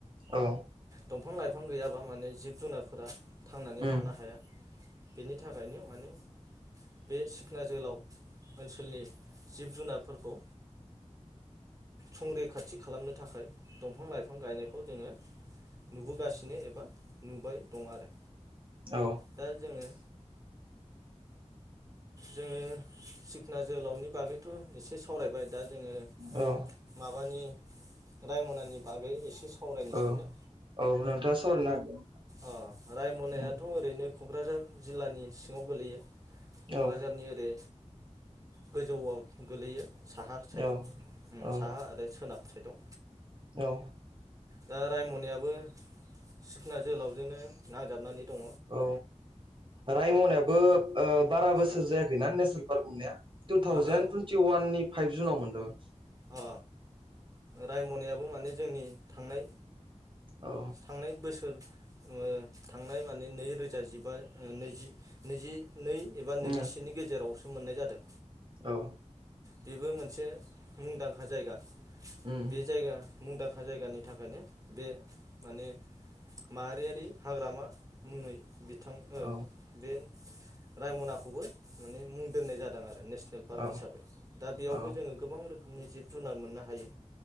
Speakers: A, on the right; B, on the right.
A: औ
B: दंफां लाइफां गैयाबा माने जिब जुनारफोरा थांनानै
A: उम औ उम
B: थानो हाया बेनि थाखायनो माने बे सिखना जोहोलाव ओनसोलनि जिब जुनारफोरखौ संरैखाथि खालामनो थाखाय दंफां लाइफां गायनायखौ जोङो नुबोगासिनो एबा नुबाय दं आरो।
A: औ
B: दा जोङो जोङो सिखना जोहोलावनि बागैथ' एसे सावरायबाय दा जोङो
A: औ
B: माबानि रायमनानि बागै एसे सा वरायनो
A: औ
B: सानदों।
A: औ नोंथाङा सावरायनो हागोन
B: अ रायमनायाथ'
A: उम
B: ओरैनो क'क्राझार जिल्लानि सिङाव गोलैयो। क'क्राझारनि
A: औ
B: ओरै गोजौआव गोलैयो। साहा साइदआव
A: औ औ
B: साहा आरो सोनाब सायडयाव
A: औ
B: दा रायमनायाबो सिखोना जोहोलावजोंनो नांजाबनानै दङ
A: औ रायमनायाबो ओ बारा बोसोर
B: अ
A: जायाखै ना नेस <unintelligible> टु थावजेेन
B: ओहो
A: टुइन्टि वाननि फाइभ जुनाव मोनदोंमोन
B: अ रायमनायाबो माने जोंनि थांनाय
A: औ उम
B: थांनाय बोसोर ङो थांनाय माने नै रो जा जिबा नैजि नैजि नै एबा
A: उम
B: नैजिसेनि गेजेराव मोननाय जादों
A: औ
B: बेबो मोनसे मुंदांखा जायगा
A: उम
B: बे जायगा मुंदां जायगानि थाखायनो बे माने माहारियारि हाग्रामा मुंङै बिथां ओ
A: औ
B: बे रायमनाखौबो माने मुं दोननाय जादों आरो नेस फार्क
A: औ
B: हिसाबै दा बेयावबो
A: औ
B: जोंङो गोबां रोखो मनि जिब जुनार मोननो हायो